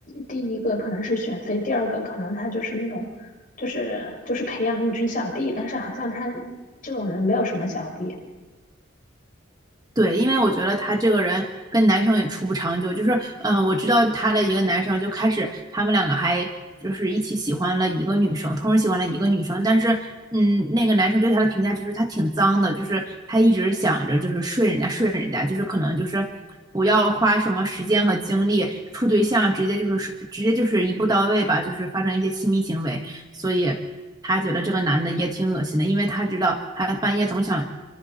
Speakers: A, on the left; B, on the right.
A: 第一个可能是选妃，第二个可能他就是那种，就是就是培养一群小弟，但是好像他这种人没有什么小弟
B: 对，因为我觉得他这个人跟男生也处不长久，就是，嗯、我知道他的一个男生就开始，他们两个还就是一起喜欢了一个女生，同时喜欢了一个女生，但是，嗯，那个男生对他的评价就是他挺脏的，就是他一直想着就是睡人家睡人家，就是可能就是不要花什么时间和精力处对象，直接就是直接就是一步到位吧，就是发生一些亲密行为，所以他觉得这个男的也挺恶心的，因为他知道他半夜总想